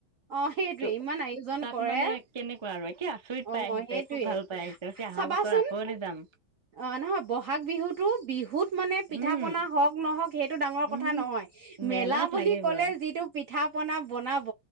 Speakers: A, on the right; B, on the right.
A: অ সেইটোৱে
B: ত'
A: ইমান আয়োজন
B: তাত
A: কৰে
B: মানে কেনেকুৱা আৰু, একে আছ আচৰিত
A: অ
B: পাই আহিছে,
A: সেইটোৱে
B: খুব ভাল পাই আহিছে, অহা
A: চাবাচোন
B: বছৰ আক' বোলে যাম।
A: অ', নহয়, বহাগ বিহুতো, বিহুত মানে পিঠা
B: উম
A: পনা হওক নহওক সেইটো ডাঙৰ কথা
B: উম
A: নহয়,
B: মেলাত
A: মেলা বুলি
B: লাগিবই
A: ক'লে যিটো পিঠা পনা বনাব